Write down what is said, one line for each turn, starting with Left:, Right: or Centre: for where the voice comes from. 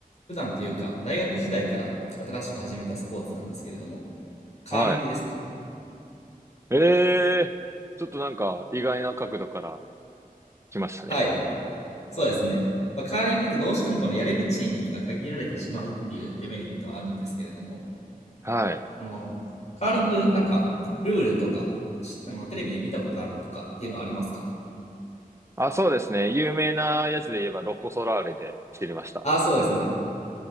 Left: 普段というか、大学時代から新しく始めたスポーツなんですけれども、カーリングですね。
Right: はい。ええーちょっとなんか意外な角度から来ましたね。
Left: はい。そうですね。まあ、カーリングってどうしてもこのやれる地域が限られてしまうっていうデメリットはあるんですけれども、
Right: はい。
Left: このカーリング、なんかルールとか、しあのテレビで見たことあるとかっていうのはありますか
Right: あ、そうですね。有名なやつで言えばロコ・ソラーレで知りました。
Left: ああ、そうですね。